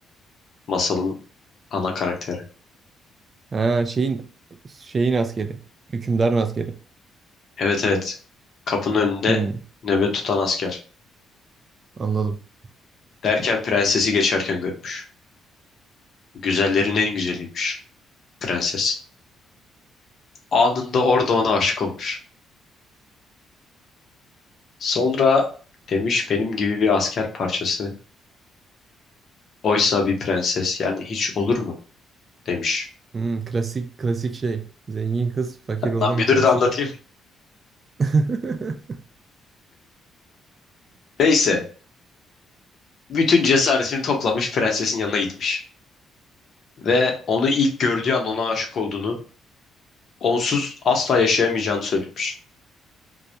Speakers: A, on the left; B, on the right.
A: masalın ana karakteri.
B: Ha şeyin şeyin askeri. Hükümdarın askeri.
A: Evet evet. Kapının önünde
B: Hı.
A: nöbet tutan asker.
B: Anladım.
A: Derken prensesi geçerken görmüş. Güzellerin en güzeliymiş prenses. Anında orada ona aşık olmuş. Sonra demiş benim gibi bir asker parçası. Oysa bir prenses yani hiç olur mu? demiş.
B: Hı, klasik klasik şey. Zengin kız fakir oğlan
A: Lan bir
B: hikayesi
A: dur da anlatayım.
B: mi? <laughs>
A: Neyse. Bütün cesaretini toplamış prensesin yanına gitmiş. Ve onu ilk gördüğü an ona aşık olduğunu, onsuz asla yaşayamayacağını söylemiş.